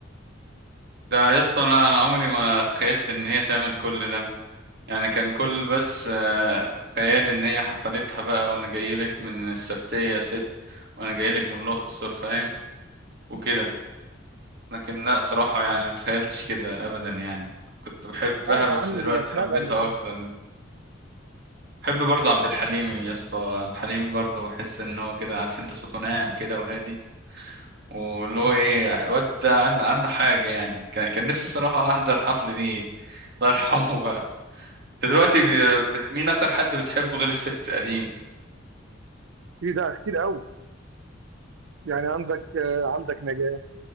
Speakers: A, on the right; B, on the right.
A: ده يا اسطى انا انا عمري ما تخيلت ان هي تعمل كل ده يعني كان كل بس آه، خيالي ان هي حفلتها بقى وانا جايلك من السبتية يا ست وانا جايلك من الاقصر فاهم وكده لكن لا صراحة يعني متخيلتش كده ابدا يعني كنت بحبها
B: اه
A: بس
B: يا عم
A: دلوقتي
B: دي كانت
A: حبيتها
B: نغم يا عم
A: اكتر يعني. بحب برضه عبد الحليم يا اسطى عبد الحليم برضه بحس ان هو كده عارف انت صوته ناعم كده وهادي واللي هو ايه الواد ده عنده عنده حاجة يعني كان كان نفسي صراحة احضر الحفلة دي الله يرحمه بقى انت دلوقتي ب-
B: <laughs>
A: ب- مين اكتر حد بتحبه غير الست قديم
B: في ده كتير قوي يعني عندك آه، عندك نجاة